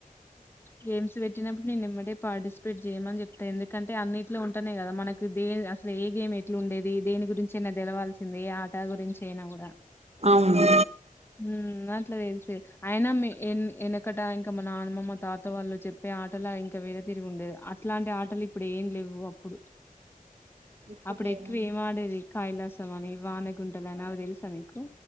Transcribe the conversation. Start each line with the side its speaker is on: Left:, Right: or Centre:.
Left: గేమ్స్ పెట్టినప్పుడు నేనేంబటె పార్టిసిపేట్ జేయమని చెప్త ఎందుకంటే అన్నిట్లో ఉంటనే గదా మనకి దే అసలు ఏ గేమ్ ఎట్లు ఉండేది దేని ని గురించి అయినా తెెలవాల్సిందే ఏ ఆట గురించి అయినా గూడ.
Right: అవును
Left: ఉమ్ అట్ల తెలుసు తె అయినా మి ఎనకట ఇంక మ నాన్నమ్మ మా తాత వాళ్ళు చెప్పే ఆటలా ఇంకా వేరే తీరుగుండేది అట్లాంటి ఆటలు ఇప్పుడేం లేవు అప్పుడు
Right: ఇప్పుడు
Left: అప్పుడెక్కువ
Right: లేదా
Left: ఏం ఆడేది కైలాసం అని, వానగుంటలని అవి దెల్స మిక్